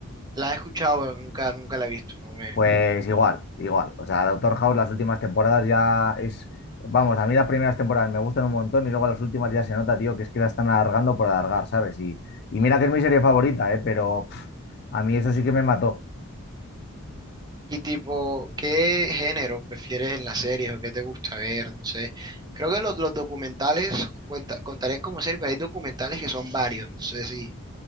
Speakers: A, on the right; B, on the left.
A: La he escuchado, pero nunca, nunca la he visto, no me,
B: Pues igual, igual. O sea, Doctor House las últimas temporadas ya es... Vamos, a mí las primeras temporadas me gustan un montón y luego las últimas ya se nota, tío, que es que la están alargando por alargar, ¿sabes? Y, y mira que es mi serie favorita, ¿eh? Pero pff, a mí eso sí que me mató.
A: Y tipo, ¿qué género prefieres en las series o qué te gusta ver? No sé. Creo que los, los documentales cuenta, contarían como serie, pero hay documentales que son varios, no sé si.